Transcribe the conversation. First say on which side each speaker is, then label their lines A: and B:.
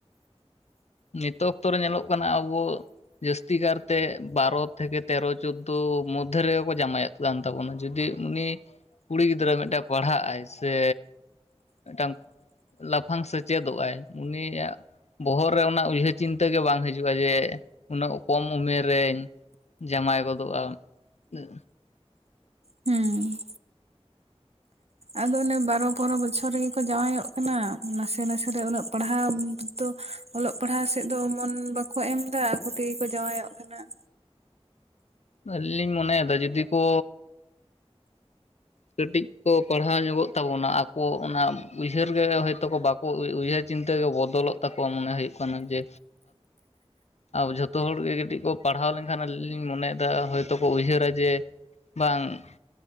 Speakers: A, on the left (about 80°); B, on the right (about 70°).
A: ᱱᱤᱛᱚᱜ ᱚᱠᱛᱚᱨᱮ ᱧᱮᱞᱚᱜ ᱠᱟᱱᱟ ᱟᱵᱚ ᱡᱟᱹᱥᱛᱤ ᱠᱟᱨᱛᱮ ᱵᱟᱨᱚ ᱛᱷᱮᱠᱮ ᱛᱮᱨᱚ ᱪᱳᱫᱫᱳ ᱢᱚᱫᱽᱫᱷᱮ ᱨᱮᱜᱮ ᱠᱚ ᱡᱟᱢᱟᱭᱮᱫ ᱠᱟᱱ ᱛᱟᱵᱚᱱᱟ ᱡᱩᱫᱤ ᱩᱱᱤ ᱠᱩᱲᱤ ᱜᱤᱫᱽᱨᱟᱹ ᱢᱤᱫᱴᱮᱱ ᱯᱟᱲᱦᱟᱜ ᱟᱭ ᱥᱮ ᱢᱤᱫᱴᱟᱝ ᱞᱟᱯᱷᱟᱝ ᱥᱮᱪᱮᱫᱚᱜ ᱟᱭ ᱩᱱᱤᱭᱟᱜ ᱵᱚᱦᱚᱜ ᱨᱮ ᱚᱱᱟ ᱩᱭᱦᱟᱹᱨ ᱪᱤᱱᱛᱟᱹ ᱜᱮ ᱵᱟᱝ ᱦᱤᱡᱩᱜᱼᱟ ᱡᱮ ᱩᱱᱟᱹᱜ ᱠᱚᱢ ᱩᱢᱮᱨ ᱨᱮᱧ ᱡᱟᱶᱟᱭ ᱜᱚᱫᱚᱜᱼᱟ ᱾
B: ᱦᱩᱸ ᱟᱫᱚ ᱚᱱᱮ ᱵᱟᱨᱚ ᱯᱚᱱᱚᱨᱚ ᱵᱚᱪᱷᱚᱨ ᱨᱮᱜᱮ ᱠᱚ ᱡᱟᱶᱟᱭᱚᱜ ᱠᱟᱱᱟ ᱱᱟᱥᱮ ᱱᱟᱥᱮᱨᱮ ᱩᱱᱟᱹᱜ ᱯᱟᱲᱦᱟᱣ ᱛᱚ ᱚᱞᱚᱜ ᱯᱟᱲᱦᱟᱜ ᱥᱮᱫ ᱫᱚ ᱢᱚᱱ ᱵᱟᱠᱚ ᱮᱢ ᱮᱫᱟ, ᱟᱠᱚ ᱛᱮᱜᱮ ᱠᱚ ᱡᱟᱶᱟᱭᱚᱜ ᱠᱟᱱᱟ ᱾
A: ᱟᱹᱞᱤᱧ ᱞᱤᱧ ᱢᱚᱱᱮᱭᱮᱫᱟ ᱡᱩᱫᱤ ᱠᱚ ᱠᱟᱹᱴᱤᱡ ᱠᱚ ᱯᱟᱲᱦᱟᱣ ᱧᱚᱜᱚᱜ ᱛᱟᱵᱚᱱᱟ ᱟᱠᱚ ᱚᱱᱟ ᱩᱭᱦᱟᱹᱨ ᱜᱮ ᱦᱳᱭᱛᱳ ᱠᱚ ᱵᱟᱠᱚ ᱩᱭᱦᱟᱹᱨ ᱪᱤᱱᱛᱟᱹᱜᱮ ᱵᱚᱫᱚᱞᱚᱜ ᱛᱟᱠᱚᱣᱟ ᱢᱚᱱᱮ ᱦᱩᱭᱩᱜ ᱠᱟᱱᱟ ᱡᱮ ᱟᱵᱚ ᱡᱷᱚᱛᱚ ᱦᱚᱲᱜᱮ ᱠᱟᱹᱴᱤᱡ ᱠᱚ ᱯᱟᱲᱦᱟᱣ ᱞᱮᱱᱠᱷᱟᱱ ᱟᱹᱞᱤᱧ ᱞᱤᱧ ᱢᱚᱱᱮᱭᱮᱫᱟ ᱦᱳᱭᱛᱳ ᱠᱚ ᱩᱭᱦᱟᱹᱨᱟ ᱡᱮ ᱵᱟᱝ